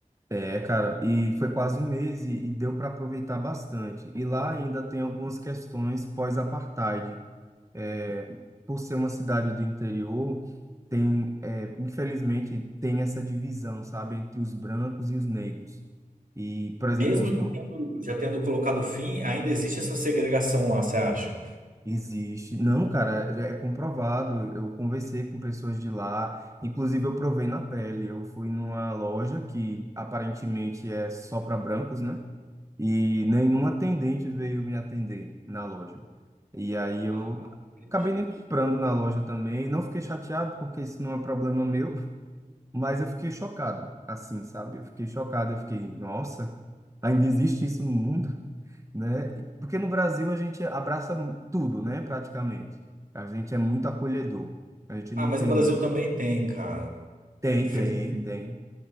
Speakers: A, on the right; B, on the right.
A: É, cara, e foi quase um mês e, e deu para aproveitar bastante. E lá ainda tem algumas questões pós-apartheid. É, por ser uma cidade do interior, tem, é, infelizmente, tem essa divisão, sabe, entre os brancos e os negros. E, por exemplo,
B: Mesmo
A: os br-
B: já tendo, já tendo colocado fim, ainda existe essa segregação lá, você acha?
A: existe. Não, cara, é é comprovado. Eu conversei com pessoas de lá, inclusive eu provei na pele. Eu fui numa loja que aparentemente é só para brancos, né? e nenhum atendente veio me atender na loja. E aí eu
B: Ah, acredito.
A: acabei nem comprando na loja também. Não fiquei chateado, porque isso não é problema meu, <laughs> mas eu fiquei chocado, assim, sabe? Eu fiquei chocado, eu fiquei, nossa, ainda existe isso no mundo, né? E- Porque no Brasil a gente abraça tudo, né, praticamente. A gente é muito acolhedor. A gente
B: Ah,
A: não
B: mas
A: tem.
B: no Brasil também tem, cara.
A: Tem,
B: Infelizmente.
A: tem, tem.